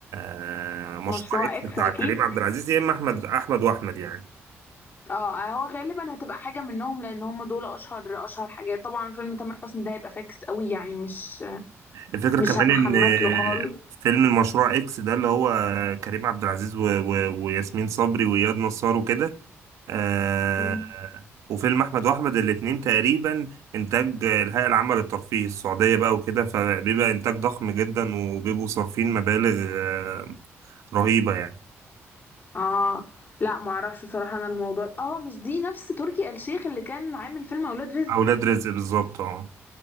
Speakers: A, on the right (about 80°); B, on the left (about 40°).
A: آه، مشروع
B: مشروع
A: اكس
B: اكس
A: بتاع
B: اكيد
A: كريم عبد العزيز يا اما احمد احمد واحمد يعني
B: اه هو غالبا هتبقى حاجة منهم لان هم دول اشهر اشهر حاجات طبعا فيلم تامر حسني ده هيبقى فاكس قوي يعني مش
A: الفكره
B: مش
A: كمان
B: هتحمس
A: ان آه،
B: له خالص
A: فيلم المشروع اكس ده اللي هو كريم عبد العزيز و... و... وياسمين صبري واياد نصار وكده آه،
B: مم.
A: وفيلم احمد واحمد الاتنين تقريبا انتاج الهيئه العامه للترفيه السعوديه بقى وكده فبيبقى انتاج ضخم جدا وبيبقوا صارفين مبالغ آه، رهيبه يعني
B: اه لا معرفش بصراحة انا الموضوع اه مش دي نفس تركي آل الشيخ اللي كان عامل فيلم اولاد رزق
A: اولاد رزق بالظبط اه